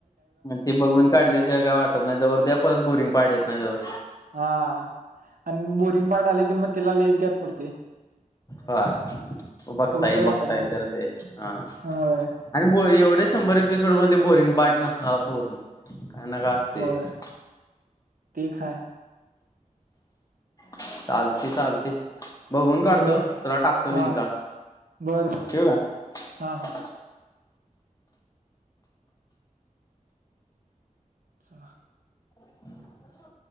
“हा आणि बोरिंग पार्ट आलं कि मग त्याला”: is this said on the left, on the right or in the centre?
Right